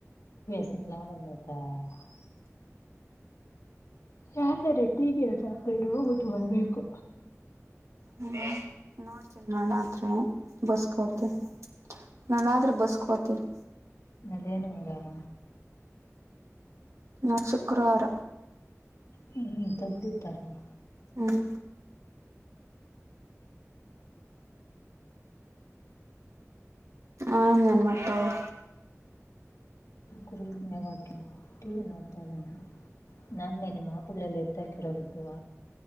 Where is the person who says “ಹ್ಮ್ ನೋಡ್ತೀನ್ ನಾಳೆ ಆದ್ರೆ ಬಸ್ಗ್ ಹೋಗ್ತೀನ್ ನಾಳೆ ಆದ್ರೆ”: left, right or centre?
Right